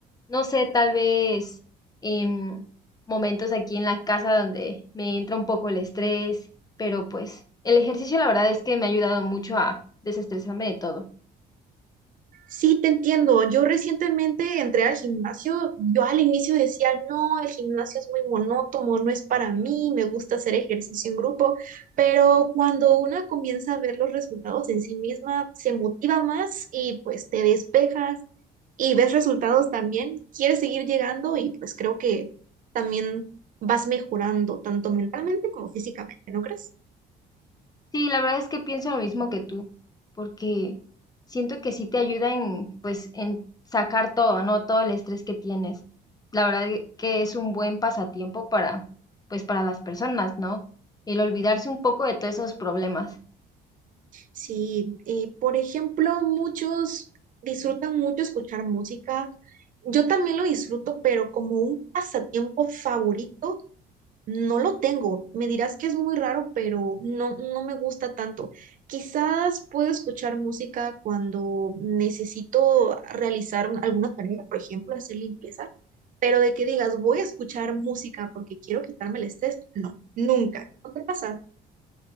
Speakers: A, on the left (about 20°); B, on the right (about 50°).
A: No sé, tal vez em, momentos aquí en la casa donde me entra un poco el estrés, pero pues el ejercicio la verdad es que me ha ayudado mucho a desestresarme de todo.
B: Sí, te entiendo. Yo recientemente entré al gimnasio. Yo al inicio decía, no, el gimnasio es muy monótono, no es para mí, me gusta hacer ejercicio en grupo, pero cuando una comienza a ver los resultados en sí misma, se motiva más y pues te despejas y ves resultados también, quieres seguir llegando y pues creo que también vas mejorando tanto mentalmente como físicamente, ¿no crees?
A: Sí, la verdad es que pienso lo mismo que tú, porque siento que sí te ayuda en, pues, en sacar todo, ¿no? Todo el estrés que tienes. La verdad e- que es un buen pasatiempo para, pues, para las personas, ¿no? El olvidarse un poco de todos esos problemas.
B: Sí, eh, por ejemplo, muchos disfrutan mucho escuchar música. Yo también lo disfruto, pero como un pasatiempo favorito, no lo tengo. Me dirás que es muy raro, pero no, no me gusta tanto. Quizás puedo escuchar música cuando necesito realizar un- alguna tarea, por ejemplo, hacer limpieza, pero de que digas, voy a escuchar música porque quiero quitarme el estrés, no, nunca. ¿No te pasa?